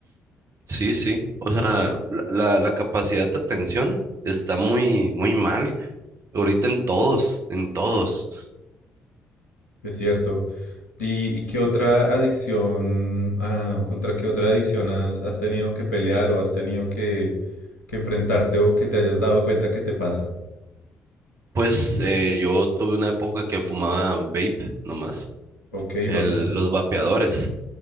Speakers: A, on the right (about 45°); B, on the left (about 85°).
A: Sí, sí. O sea, la, la- la capacidad de atención está muy, muy mal ahorita en todos, en todos.
B: es cierto. ¿Y, y qué otra adicción, ah, contra qué otra adicción has, has tenido que pelear o has tenido que, que enfrentarte o que te hayas dado cuenta que te pasa?
A: Pues eh, yo tuve una época que fumaba vape nomás
B: Ok,
A: el-
B: va. pe-
A: los vapeadores.